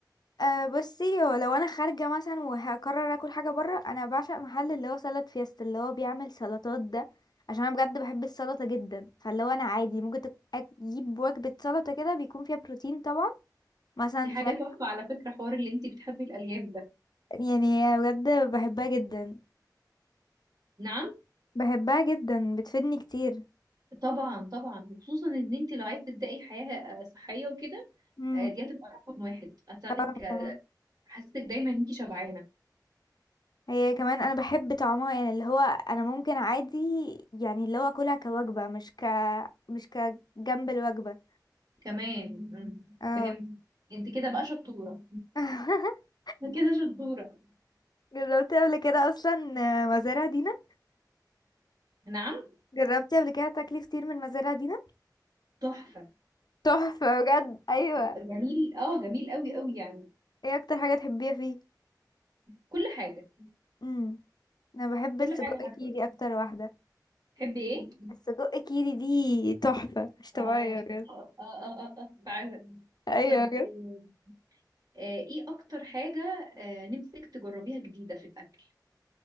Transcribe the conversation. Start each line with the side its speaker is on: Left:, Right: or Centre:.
Left: أه بصي هو لو أنا خارجة مثلا وهقرر أكل حاجة برا أنا بعشق محل اللي هو سلطة فيست اللي هو بيعمل سلطات ده عشان أنا بجد بحب السلطة جدا فاللي هو أنا عادي ممكن تك- أجيب وجبة سلطة كده بيكون فيها بروتين طبعا مثلا
Right: دي حاجة
Left: فراخ
Right: تحفة على فكرة حوار اللي انتي بتحبي الالياف ده
Left: يعني بجد بحبها جدا
Right: نعم
Left: بحبها جدا بتفيدني كتير
Right: طبعا طبعا وخصوصا ان انتي لو عايزة تبدأي حياة آه، صحية وكده
Left: امم
Right: آه، دي هتبقى رقم واحد هتساعدك
Left: اه
Right: آه،
Left: طبعا
Right: حاسسك دايما ان انتي شبعانة
Left: هي كمان انا بحب طعمها يعني اللي هو انا ممكن عادي يعني اللي هو اكلها كوجبة مش ك مش كجنب الوجبة
Right: كمان مم.
Left: اه
Right: فهمت انت كده بقى شطورة
Left: <laughs>
Right: انت كده شطورة
Left: جربتي قبل كده اصلا مزارع دينا
Right: نعم
Left: جربتي قبل كده تاكلي فطير من مزارع دينا
Right: تحفة
Left: تحفة بجد ايوه
Right: جميل اه جميل قوي قوي يعني
Left: ايه اكتر حاجة تحبيها فيه
Right: كل حاجة
Left: امم انا بحب
Right: كل
Left: السجق
Right: حاجة
Left: كيري
Right: عارفة
Left: اكتر واحدة
Right: تحبي ايه
Left: السجق كيري دي تحفة مش طبيعية
Right: اه
Left: بجد
Right: اه اه اه آه، فعلا
Left: ايوه
Right: طب
Left: بجد
Right: آه، آه، ايه اكتر حاجة آه، نفسك تجربيها جديدة في الاكل